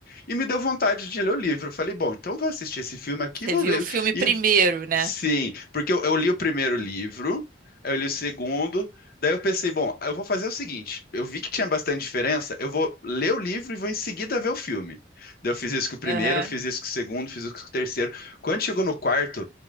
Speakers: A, on the left; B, on the right.
A: e me deu vontade de ler o livro. Eu falei, bom, então vou assistir esse filme aqui,
B: Você
A: e vou
B: viu
A: ver.
B: o filme primeiro,
A: E
B: né?
A: Sim, porque eu, eu li o primeiro livro, aí eu li o segundo, daí eu pensei, bom, eu vou fazer o seguinte, eu vi que tinha bastante diferença, eu vou ler o livro e vou em seguida ver o filme. Daí eu fiz isso com o primeiro,
B: Aham.
A: fiz isso com o segundo, fiz isso com o terceiro. Quando chegou no quarto,